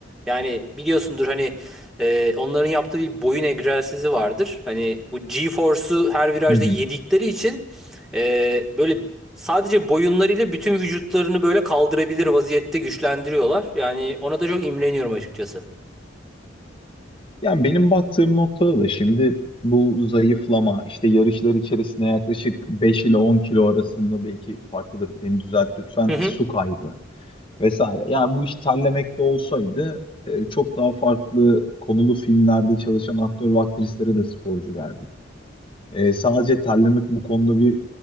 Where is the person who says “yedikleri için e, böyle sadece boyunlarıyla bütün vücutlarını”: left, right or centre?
Centre